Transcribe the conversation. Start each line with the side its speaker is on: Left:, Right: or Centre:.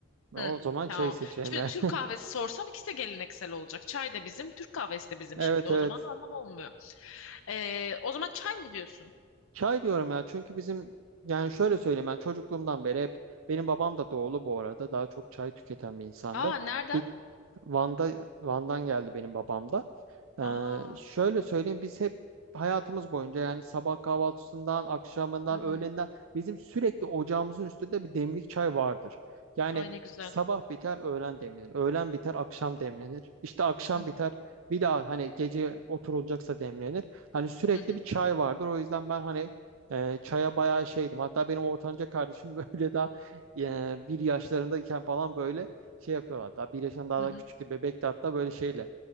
Right: O
Left: Hmm,
Right: zaman
Left: tamam.
Right: çayı seçerim
Left: Şimdi
Right: yani.
Left: Türk
Right: <laughs>
Left: kahvesi sorsam ikisi de geleneksel olacak. Çay da bizim, Türk kahvesi de bizim
Right: Evet
Left: şimdi. O
Right: evet.
Left: zaman anlam olmuyor. Ee, o zaman çay mı diyorsun?
Right: Çay diyorum ya çünkü bizim yani şöyle söyleyeyim ben çocukluğumdan beri hep benim babam da doğulu bu arada daha çok çay tüketen bir insandı.
Left: Aa, nereden?
Right: Bir Van'da Van'dan geldi benim babam da. Ee,
Left: Aa,
Right: şöyle söyleyeyim biz hep hayatımız boyunca yani sabah kahvaltısından, akşamından,
Left: hı hı.
Right: öğlenden bizim sürekli ocağımızın üstünde bir demlik çay vardır. Yani
Left: Ay ne güzel.
Right: sabah biter öğlen demlenir, öğlen biter akşam demlenir, işte akşam
Left: Hı
Right: biter bir daha hani gece oturulacaksa demlenir. Hani sürekli
Left: hı hı
Right: bir çay vardır o yüzden ben hani e, çaya bayağı şeydim. Hatta benim ortanca kardeşim <laughs> böyle daha e, bir yaşlarındayken falan böyle şey yapıyorlar. Daha bir yaşından daha
Left: hı. hı.
Right: da küçüktü bebekti hatta böyle şeyle.